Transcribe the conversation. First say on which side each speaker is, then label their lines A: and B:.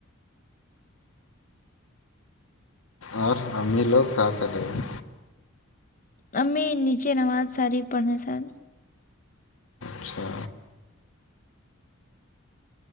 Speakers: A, on the left; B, on the left.
A: اور ا لوگ کا کرے ہیں
B: امی نیچے نماز ساری پڑھنے سر
A: اچھا